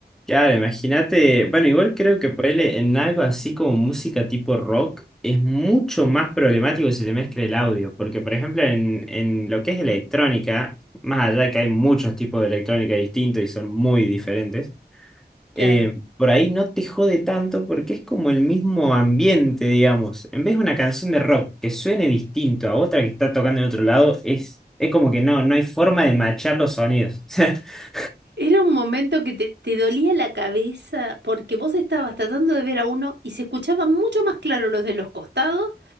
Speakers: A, in the centre; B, on the right.
A: Claro, imagínate. Bueno, igual creo que ponerle en algo así como música tipo rock es mucho más problemático si se mezcla el audio. Porque, por ejemplo, en, en lo que es electrónica, más allá de que hay muchos tipos de electrónica distintos y son muy diferentes.
B: Claro.
A: eh, por ahí no te jode tanto porque es como el mismo ambiente, digamos. En vez de una canción de rock que suene distinto a otra que está tocando en otro lado, es, es como que no, no hay forma de machar los sonidos. <laughs>
B: Era un momento que te, te dolía la cabeza porque vos estabas tratando de ver a uno y se escuchaban mucho más claro los de los costados